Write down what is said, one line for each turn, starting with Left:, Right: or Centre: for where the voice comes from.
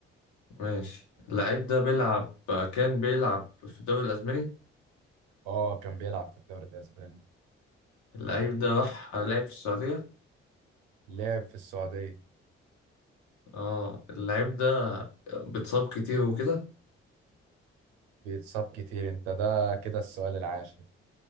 Left: ماشي اللعيب ده بيلعب كان بيلعب في الدوري الاسباني
Right: اه كان بيلعب في الدوري الأسباني
Left: اللعيب ده راح لعب في السعوديه
Right: لعب في السعودية
Left: اه اللعيب ده بتصاب كتير وكده
Right: بيتصاب كتير انت ده كده السؤال العاشر